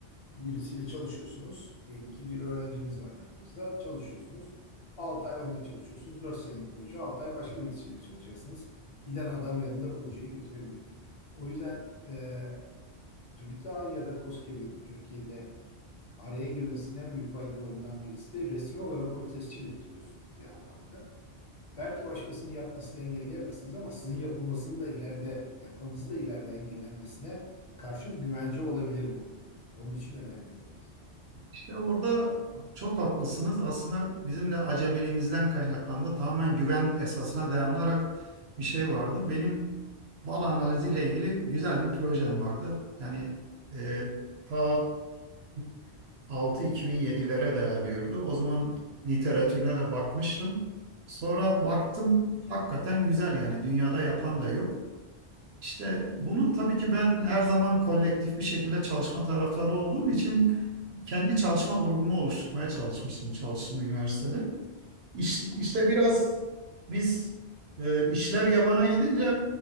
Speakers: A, on the left (about 40°); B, on the right (about 70°).
A: birisiyle çalışıyorsunuz. Diyelim ki bir öğrenciniz var yanınızda. Çalışıyorsunuz. 6 ay onda çalışıyorsunuz. dört senelik proje. 6 ay başka birisiyle çalışacaksınız. Giden adam yanında projeyi götürebilir. O yüzden e, TÜBİTAK'ın ya da KOSGEB'in Türkiye'de araya girmesinin en büyük faydalarından birisi de resmi olarak onu tescil ettiriyorsunuz bir anlamda. Belki başkasının yapmasını engelleyemezsiniz ama sizin yapılmasını da ileride, yapmanızı da ileride engellenmesine karşı bir güvence olabilir bu. Onun için önemli tabii ki.
B: İşte orada çok haklısınız. Aslında bizim de acemiliğimizden kaynaklandı. Tamamen güven esasına dayanarak bir şey vardı. Benim bal analiziyle ilgili güzel bir projem vardı. Yani e, ta 2006-2007'lere dayanıyordu. O zaman literatürüne de bakmıştım. Sonra baktım hakikaten güzel yani dünyada yapan da yok. İşte bunu tabii ki ben her zaman kolektif bir şekilde çalışma taraftarı olduğum için kendi çalışma grubumu oluşturmaya çalışmıştım çalıştığım üniversitede. İş- İşte, biraz biz e, işler yabana gidince